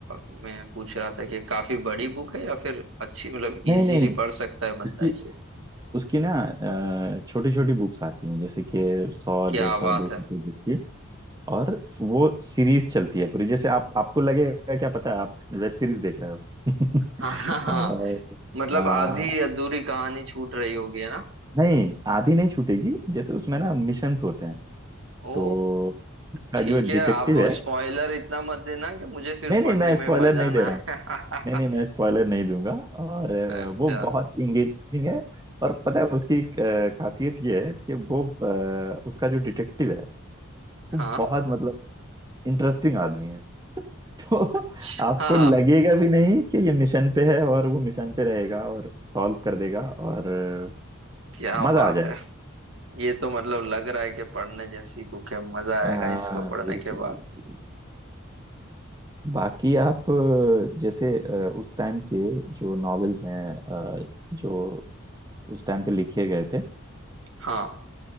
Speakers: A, on the right (about 70°); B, on the right (about 20°).
A: मैं पूछ रहा था कि काफी बड़ी बुक है या फिर अच्छी मतलब इजीली
B: नहीं नहीं नहीं
A: पढ़ सकता है बंदा
B: उसकी
A: इसे
B: उसकी ना छोटी छोटी बुक्स आती हैं जैसे कि सौ
A: क्या
B: डेढ़ सौ
A: बात
B: दो सौ
A: है
B: पेजेस की और वो सीरीज चलती है पूरी जैसे आप आपको लगेगा क्या पता है आप वेब सीरीज देख रहे हो <laughs>
A: हाँ हाँ हाँ
B: और
A: मतलब
B: अ,
A: आधी अधूरी कहानी छूट रही होगी है ना
B: नहीं आधी नहीं छूटेगी जैसे उसमें ना मिशंस होते हैं
A: ओ
B: तो उसका
A: ठीक
B: जो
A: है
B: डिटेक्टिव
A: आप
B: है
A: स्पॉइलर इतना मत देना कि मुझे फिर
B: नहीं नहीं
A: पढ़ने
B: मैं
A: में
B: स्पॉइलर
A: मजा
B: नहीं
A: ना
B: दे रहा
A: आए।
B: हूँ नहीं नहीं मैं
A: <laughs>
B: स्पॉइलर नहीं दूंगा और अ,
A: अच्छा
B: वो बहुत इंगेजिंग है और पता है उसकी अ, खासियत ये है कि वो अ, उसका जो डिटेक्टिव है
A: हाँ
B: वो बहुत मतलब इंटरेस्टिंग आदमी है <laughs> तो
A: अच्छा
B: आपको लगेगा भी नहीं कि ये मिशन पे है और वो मिशन पे रहेगा और सॉल्व कर देगा और अ,
A: क्या
B: मजा
A: बात
B: आ जाए
A: है ये तो मतलब लग रहा है कि पढ़ने जैसी बुक है मजा
B: हाँ
A: आएगा इसको पढ़ने
B: बिल्कुल
A: के बाद
B: बिल्कुल बाकी आप अ, जैसे अ, उस टाइम के जो नॉवेल्स हैं अ, जो उस टाइम पे लिखे गए थे
A: हाँ